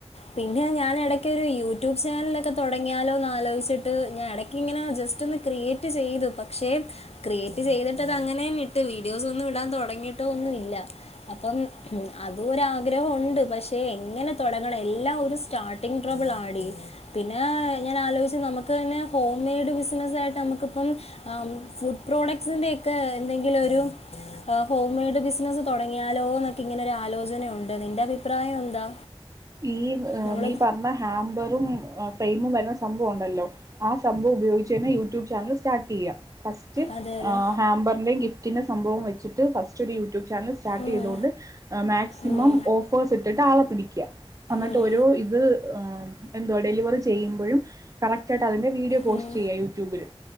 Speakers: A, on the left; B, on the right.
A: പിന്നെ ഞാൻ എടക്കൊര് യൂട്യൂബ് ചാനലൊക്കെ തുടങ്ങിയാലോന്ന് ആലോചിച്ചിട്ട് ഞാൻ എടക്കിങ്ങനെ ജസ്റ്റ് ഒന്ന് ക്രിയേറ്റ് ചെയ്തു. പക്ഷെ ക്രിയേറ്റ് ചെയ്തിട്ടതങ്ങനെ വിട്ടു വീഡിയോസൊന്നും വിടാൻ തൊട ടങ്ങീട്ടോന്നുല്ല അപ്പം അതൂ ഒരാഗ്രഹം ഉണ്ട് പക്ഷെ എങ്ങനെ തൊടങ്ങണം എല്ലാ ഒര് സ്റ്റാർട്ടിങ് ട്രാബിളാടി പിന്നേ ഞാനാലോചിച്ചു നമക്ക് തന്നെ ഹോം മെയ്ഡ് ബിസിനസായിട്ട് നമ്മക്കിപ്പം ഫുഡ് പ്രോഡക്ട്സിന്റെ ഒക്കെ എന്തെങ്കിലും ഒരു ആഹ് ഹോം മെയ്ഡ് ബിസിനസ്സ് തുടങ്ങിയാലോന്നൊക്കെ ഇങ്ങനെ ഒരു ആലോചന ഉണ്ട് നിന്റെ അഭിപ്രായം എന്താ
B: ഈ
A: നമ്മൾ
B: നീ പറഞ്ഞ ഹാമ്പറും ഫ്രെയിമും വര്ന്ന സംഭവ ണ്ടല്ലോ ആ സംഭവം ഉപയോഗിച്ചന്നെ യൂട്യൂബ് ചാനൽ സ്റ്റാർട്ടീയ്യാ ഫസ്റ്റ്
A: അതെ അതെ
B: ഹാമ്പർന്റേം സംഭവം വെച്ചിട്ട് ഫസ്റ്റ് ഒരു യൂട്യൂബ് ചാനൽ സ്റ്റാർട്ടീതോണ്ട്
A: ഉം,
B: മാക്സിമം
A: ഉം,
B: ഓഫേഴ്സ്ട്ട്ട്ട് ആളെ പിടിക്ക്യാ. എന്നട്ട്
A: ഉം,
B: ഒരു ഇത് എന്തോ ഡെലിവറി ചെയ്യുമ്പഴും കറക്റ്റ് അതിന്റെ വീഡിയോ പോസ്റ്റ്
A: ഉം,
B: ചെയ്യാ യൂട്യൂബില്